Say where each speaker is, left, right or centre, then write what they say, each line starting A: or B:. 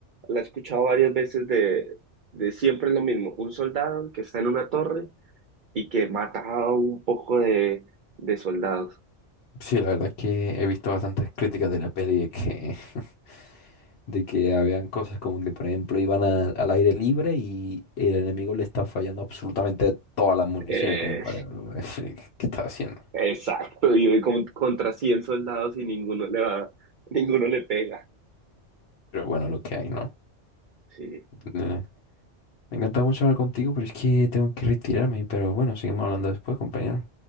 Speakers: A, on the right; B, on the left.
A: la he escuchado varias veces de, de siempre es lo mismo. Un soldado que está en una torre y que mata a un poco de, de soldados.
B: Sí, la verdad es que he visto bastantes críticas de la peli de que, <laughs> de que habían cosas como que, por ejemplo, iban a- al aire libre y el enemigo le está fallando absolutamente todas las municiones,
A: Eh,
B: como para <laughs> qué está haciendo.
A: exacto. Y hoy con- contra 100 soldados y ninguno le va, ninguno le pega.
B: Pero bueno, lo que hay, ¿no?
A: Sí.
B: Eh, Me encanta mucho hablar contigo, pero es que tengo que retirarme. Pero bueno, seguimos hablando después, compañero.